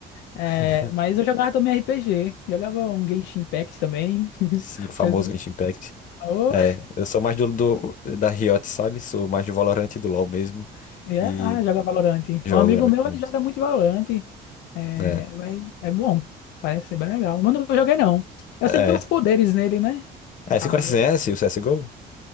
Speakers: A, on the left (about 85°); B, on the left (about 50°).
A: É,
B: <laughs>
A: mas eu jogava também RPG. Jogava um Genshin Impact também. <laughs>
B: Sim, o famoso
A: Mas,
B: Genshin Impact.
A: oh,
B: É, eu sou mais do, do- da Riot, sabe? Sou mais do Valorant e do LoL mesmo.
A: é,
B: E
A: Ah, joga Valorant.
B: jogo,
A: Um amigo
B: né? Muito
A: meu, ele
B: menos.
A: joga muito Valorant. É,
B: É,
A: mas é bom. Parece ser bem legal. Mas eu não joguei, não. Eu
B: é.
A: sei que tem uns poderes nele, né? Acaba...
B: É, você conhece CS, o CSGO?